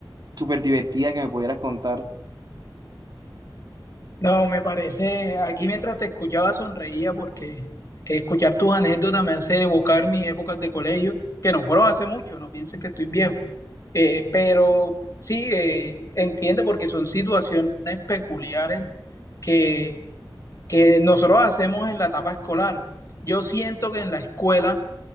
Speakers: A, on the right; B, on the left.
A: súper divertida que me pudieras contar.
B: No, me parece, aquí mientras te escuchaba sonreía porque escuchar tus anécdotas me hace evocar mis épocas de colegio, que no fueron hace mucho, no pienses que estoy viejo, Eh, pero sí, eh, entiende porque son situaciones peculiares que, que nosotros hacemos en la etapa escolar. Yo siento que en la escuela